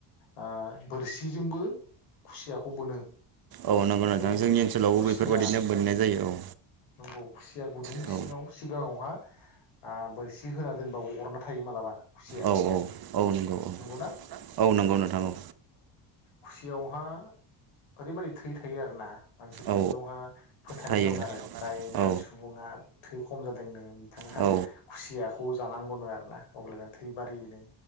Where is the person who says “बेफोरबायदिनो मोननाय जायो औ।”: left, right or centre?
Right